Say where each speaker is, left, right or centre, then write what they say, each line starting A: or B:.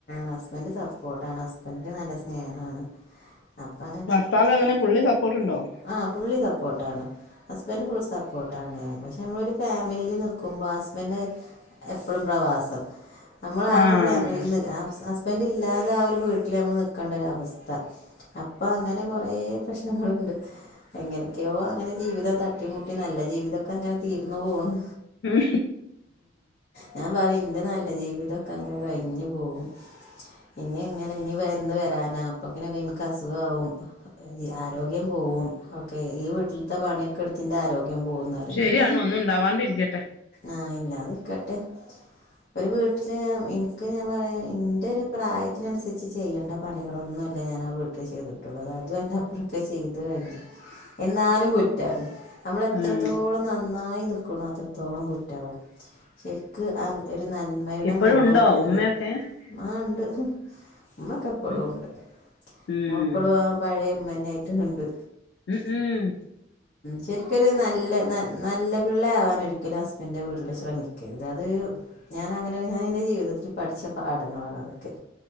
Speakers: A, on the left (about 50°); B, on the left (about 75°).
A: ഹസ് ബന്റ് സപ്പോർട്ടാണ് ഹസ്ബെന്റ് നല്ല സ്നേഹമാണ് അപ്പം
B: ഭർത്താവ് എങ്ങന പുള്ളി സപ്പോർട്ടുണ്ടോ
A: ആഹ് പുള്ളി സപ്പോർട്ടാണ് ഹസ്ബന്റ് ഫുൾ സപ്പോർട്ടാണ് പക്ഷെ നമ്മളൊരു ഫാമിലിയിൽ നിൽക്കുമ്പോൾ ഹസ്ബന്റ് എപ്പോഴും പ്രവാസം നമ്മൾ ആ
B: ആഹ്
A: ഒരു ഫാമിലിയിൽ നി ഹസ്ബന്റ് ഇല്ലാതെ ആ ഒരു വീട്ടിൽ നമ്മൾ നൽക്കേണ്ട ഒരവസ്ഥ അപ്പൊ അങ്ങനെ കൊറേ പ്രശ്നങ്ങളുണ്ട് എങ്ങനെയൊക്കെയോ അങ്ങനെ ജീവിതം തട്ടിമുട്ടി നല്ല ജീവിതമൊക്കെ അങ്ങനെ തീർന്നു പോണ്
B: ഉം
A: ഞാൻ പറയും എന്റെ നല്ല ജീവിതൊക്കെ അങ്ങനെ കഴിഞ്ഞു പോകും ഇനി എങ്ങനെ ഇനി വരുന്ന് വരാന അപ്പക്കിനൊക്കെ എനിക്ക് അസുഖാവും ആരോഗ്യം പോവും ഓക്കെ ഈ വീട്ടിലത്തെ പണിയൊക്കെ എടുത്തെന്റെ ആരോഗ്യം പോകും ങ്ങ
B: ശരിയാണ് ഒന്നും ഉണ്ടാവാണ്ടിരിക്കട്ടെ
A: ആഹ് ഇല്ലാതിക്കട്ടെ ഒരു വീട്ടില് എനിക്ക് ഞാൻ പറയാ എന്റെ ഒരു പ്രായത്തിനനുസരിച്ച് ചെയ്യണ്ട പണികളൊന്നുമല്ല ഞാൻ ആ വീട്ടിൽ ചെയ്തിട്ടുള്ളത് അതും അതിൻ്റപ്പറൊക്കെ ചെയ്തു കഴിഞ്ഞു എന്നാലും കുറ്റാണ് നമ്മൾ എത്രത്തോളം
B: ഉം
A: നന്നായി നിക്കണം അത്രത്തോളം കുറ്റാവും ശരിക്ക് ആ ഒരു നന്മ അമ്മയുടെ
B: ഇപ്പോഴും
A: മുഖം
B: ഉണ്ടോ
A: ഒരു
B: ഉമ്മയൊക്കെ
A: ആ ഉണ്ട് ഉമ്മക്കെ എപ്പോളും
B: ഉം
A: ഉണ്ട്
B: ഉം
A: ഉമ്മ ഇപ്പളും ആ പഴയ ഉമ്മതന്നെ ആയിട്ട് കണ്ട്
B: ഉം ഉം
A: ശരിക്കൊരു നല്ല നല്ല പിള്ളയാവാൻ ഒരിക്കലും ഹസ്ബൻ്റെ വീട്ടിൽ ശ്രമിക്കരുത് അത് ഞാൻ അങ്ങനെ ഞാൻ എന്റെ ജീവിതത്തിൽ പഠിച്ച പാഠങ്ങളാണ് അതൊക്കെ